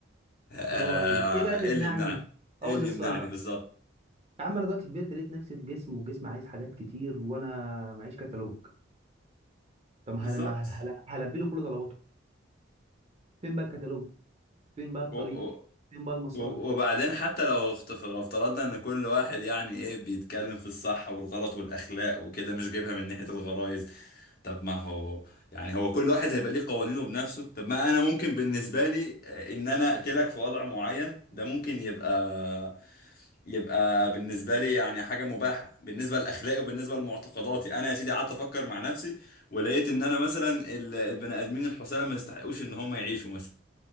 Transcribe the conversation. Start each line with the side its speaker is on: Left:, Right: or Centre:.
Left: آه، آه،
Right: الله ينور عليك ايه بقى اللي
Left: ايه
Right: منعني
Left: اللي يمنعني ايه
Right: هو
Left: اللي
Right: ده السؤال
Left: يمنعني
Right: بقى
Left: بالظبط
Right: يا عم انا دلوقتي كبرت لقيت نفسي في جسم والجسم عايز حاجات كتير وانا معيش كتالوج طب ما
Left: بالظبط
Right: هل ما هل... هل... هلبي له كل طلباته فين بقى الكتالوج فين بقى الطريق
Left: و- و-
Right: فين بقى المسار
Left: و- وبعدين حتى لو اخت- لو افترضنا ان كل واحد يعني ايه بيتكلم في الصح والغلط والاخلاق وكده مش جايبها من ناحيه الغرائز طب ما هو يعني هو كل واحد هيبقى ليه قوانينه بنفسه طب ما انا ممكن بالنسبه لي آه، ان انا اقتلك في وضع معين ده ممكن يبقى يبقى بالنسبة لي يعني حاجة مباحة بالنسبة لأخلاقي وبالنسبة لمعتقداتي أنا يا سيدي قعدت أفكر مع نفسي ولقيت إن أنا مثلا ال- البني آدمين الحسالة ما يستحقوش إن هم يعيشوا مثلا